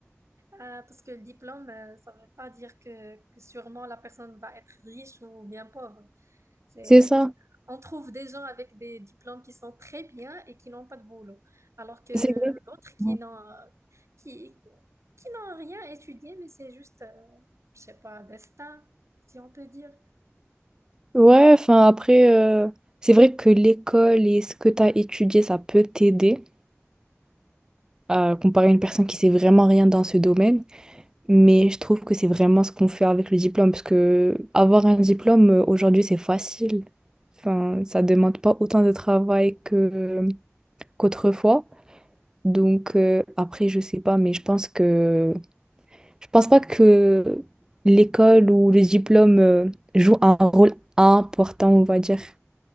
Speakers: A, on the right (about 85°); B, on the right (about 15°).
A: Ah, parce que le diplôme, euh, ça ne veut pas dire que, que sûrement la personne va être riche ou bien pauvre. C'est,
B: C'est ça.
A: on trouve des gens avec des diplômes qui sont très bien et qui n'ont pas de boulot. Alors que
B: C'est exactement.
A: d'autres qui n'ont, qui, qui n'ont rien étudié, mais c'est juste, euh, je sais pas, un destin, si on peut dire.
B: Ouais, enfin, après, euh, c'est vrai que l'école et ce que tu as étudié, ça peut t'aider à comparer à une personne qui sait vraiment rien dans ce domaine. Mais je trouve que c'est vraiment ce qu'on fait avec le diplôme, parce que avoir un diplôme euh, aujourd'hui, c'est facile. Enfin, ça demande pas autant de travail que qu'autrefois. Donc euh, après, je sais pas, mais je pense que je pense pas que l'école ou le diplôme euh, joue un rôle important, on va dire.